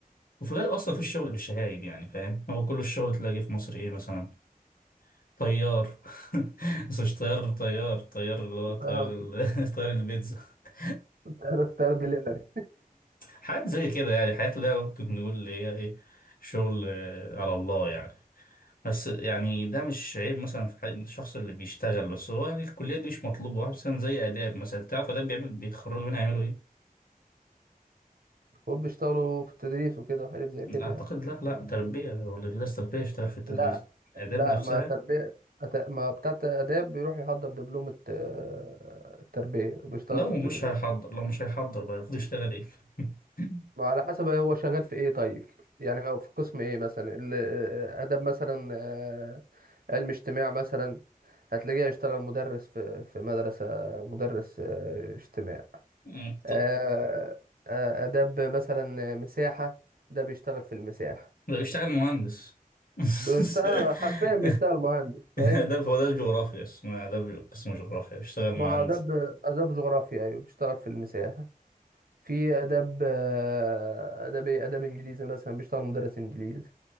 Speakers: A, on the left; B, on the right.
A: وفي الغالب أصلا في الشغل بالشهايد يعني فاهم هو كل الشغل تلاقيه في مصر إيه مثلا طيار <laughs> بس مش طيار طيار طيار اللي هو
B: <laughs>
A: طيار
B: اه
A: ال- <laughs> طيار البيتزا <laughs>
B: تلات دليفري
A: حاجات زي كده يعني حاجات اللي هي ممكن نقول اللي هي إيه شغل آه، على الله يعني بس يعني ده مش عيب مثلا في حق الشخص اللي بيشتغل بس هو يعني الكلية دي مش مطلوبة واحد مثلا زي آداب مثلا تعرف آداب بيعمل بيتخرجوا منها يعملوا إيه؟
B: المفروض بيشتغلوا في التدريس وكده وحاجات زي كده
A: أعتقد
B: يعني
A: لا لا تربية هو اللي درس تربية يشتغل في التدريس
B: لا
A: آداب
B: لا
A: نفسها
B: ما تربية أت- ما بتاع آداب بيروح يحضر دبلومة آه، التربية وبيشتغل
A: لو
B: في التدريس
A: مش هيحضر لو مش هيحضر بقى المفروض يشتغل إيه؟ <laughs>
B: ما على حسب هو شغال في ايه طيب يعني هو في قسم ايه مثلا ال- اداب مثلا آه، علم اجتماع مثلا هتلاقيه هيشتغل مدرس في في مدرسة مدرس آه، اجتماع
A: مم،
B: آه،
A: طب
B: آه، اداب مثلا آه، مساحة ده بيشتغل في المساحة
A: ده بيشتغل مهندس <laughs>
B: بيشتغل حرفيا بيشتغل مهندس فاهم
A: آداب هو ده جغرافيا اسمه آداب اسمه جغرافيا بيشتغل مهندس
B: ما اداب اداب جغرافيا ايوه بيشتغل في المساحة في اداب آه، اداب إيه؟ اداب انجليزي مثلا بيشتغل مدرس انجليزي